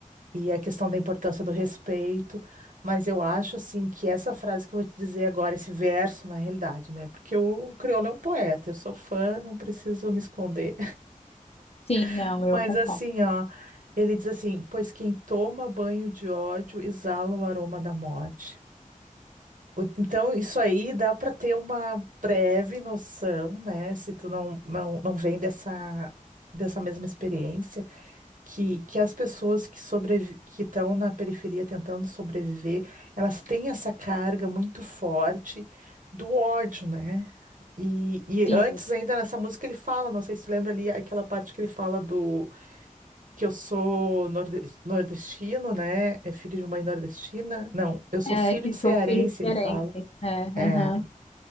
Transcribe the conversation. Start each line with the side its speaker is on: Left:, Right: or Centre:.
Right: e a questão da importância do respeito, mas eu acho assim que essa frase que eu vou te dizer agora, esse verso, na realidade, né? Porque o crioulo é um poeta, eu sou fã, não preciso me esconder.
Left: Sim, não,
Right: <laughs> Mas
Left: eu concordo.
Right: assim, ó, ele diz assim: pois quem toma banho de ódio exala o aroma da morte. O- Então, isso aí dá para ter uma breve noção, né? Se tu não, não, não vem dessa, dessa mesma experiência que, que as pessoas que sobrevi que estão na periferia tentando sobreviver, elas têm essa carga muito forte do ódio, né? E, e
Left: Sim,
Right: antes ainda nessa música ele fala, não sei se tu lembra ali aquela parte que ele fala do que eu sou norde- nordestino, né? É filho de mãe nordestina? Não, eu sou
Left: é
Right: filho
Left: que
Right: de cearense,
Left: sou filho diferente.
Right: ele fala.
Left: É, aham.
Right: É.